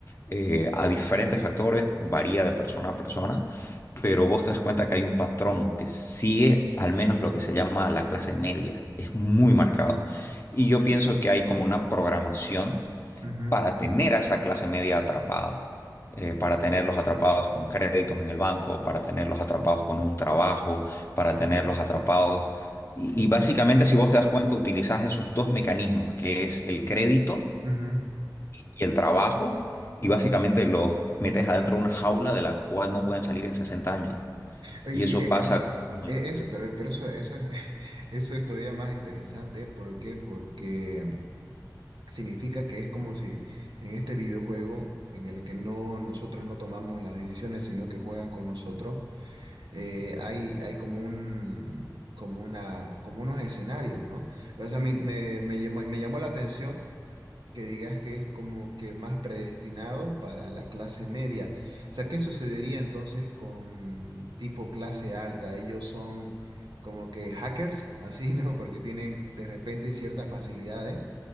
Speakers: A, on the left; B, on the right.
A: eh, a diferentes factores, varía de persona a persona pero vos te das cuenta que hay un patrón que sigue al menos lo que se llama la clase media, es muy marcado. Y yo pienso que hay como una programación
B: ujú,
A: para tener a esa clase media atrapada, eh, para tenerlos atrapados con créditos en el banco, para tenerlos atrapados con un trabajo, para tenerlos atrapados. Y, y básicamente, si vos te das cuenta, utilizás esos dos mecanismos, que es el crédito
B: ujú.
A: y el trabajo, y básicamente los metes adentro de una jaula de la cual no pueden salir en 60 años.
B: Oye,
A: Y
B: y
A: eso
B: e-
A: pasa.
B: eso,
A: Ujú,
B: e- eso, pero, pero eso, eso, es- <laughs> eso es todavía más interesante, ¿por qué? Porque significa que es como si en este videojuego en el que no, nosotros no tomamos las decisiones, sino que juegan con nosotros, eh, hay, hay como un, como una, como unos escenarios, ¿no? O sea, me, me, me llamó, me llamó la atención que digas que es como que más predestinado para la clase media. O sea, ¿qué sucedería entonces con tipo clase alta? Ellos son como que hackers, así, ¿no? <laughs> Porque tienen de repente ciertas facilidades,